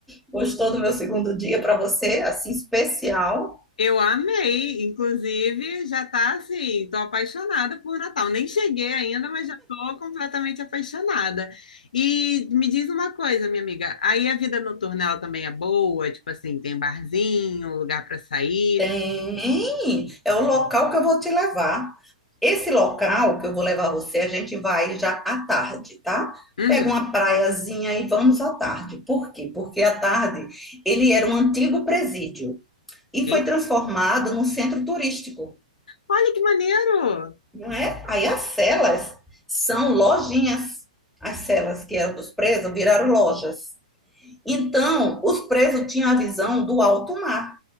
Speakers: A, in the centre; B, on the left.
A: Gostou do meu segundo dia para você, assim especial?
B: Eu amei, inclusive já tá assim, tô apaixonada por Natal. Nem cheguei ainda, mas já tô completamente apaixonada. E me diz uma coisa, minha amiga, aí a vida noturna ela também é boa, tipo assim, tem barzinho, lugar para sair.
A: Tem, é o local que eu vou te levar. Esse local que eu vou levar você, a gente vai já à tarde, tá?
B: Uhum.
A: Pega uma praiazinha e vamos à tarde. Por quê? Porque à tarde ele era um antigo presídio e
B: Eita,
A: foi transformado num centro turístico,
B: olha que maneiro!
A: não é? Aí as celas são lojinhas. As celas que eram dos presos viraram lojas. Então, os presos tinham a visão do alto mar